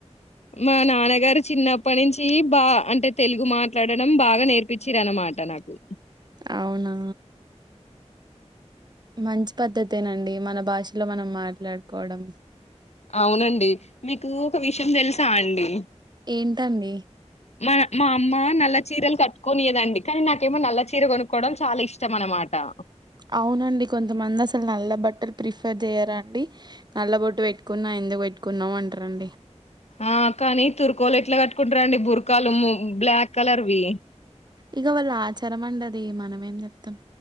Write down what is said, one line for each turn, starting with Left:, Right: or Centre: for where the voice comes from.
Left: మా నాన్నగారు చిన్నప్పటి నుంచి బా అంటే తెలుగు మాట్లాడడం బాగా నేర్పించిరనమాట నాకు
Right: అవునా మంచి పద్ధతేనండి మన భాషలో మనం మాట్లాడుకోవడం
Left: అవునండి మీకు ఒక విషయం తెలుసా అండి
Right: ఏంటండి
Left: మా మా అమ్మ నల్ల చీరలు కట్టుకొనియదండి కానీ నాకేమో నల్ల చీర కొనుక్కోవడం చాలా ఇష్టం అనమాట టా
Right: అవునండి కొంతమంది అసలు నల్ల బట్టలు ప్రిఫర్ చెయరాండి నల్ల బొట్టు పెట్టుకున్నా ఎందుకు పెట్టుకున్నవు అంటరండి
Left: ఆ కానీ తుర్కోలు ఎట్లా కట్టుకుంటారండి బురకాలు ము బ్లాక్ కలర్వి
Right: ఇగ వాళ్ళ ఆచారం అండది మనం ఏం చెప్తాం